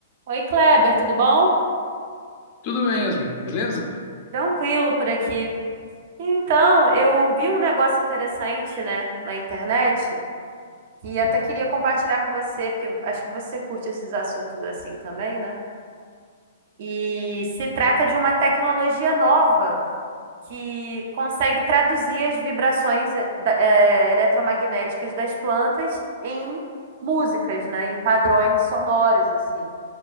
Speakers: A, on the right (about 50°); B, on the left (about 40°).
A: Oi, Kleber, tudo bom?
B: Tudo bem, Yasmin, beleza?
A: Tranquilo por aqui. Então, eu vi um negócio interessante, né, na internet e até queria compartilhar com você, porque acho que você curte esses assuntos assim também, né? E se trata de uma tecnologia nova que consegue traduzir as vibrações eh, da- eh, eletromagnéticas das plantas em músicas, né, em padrões sonoros, assim.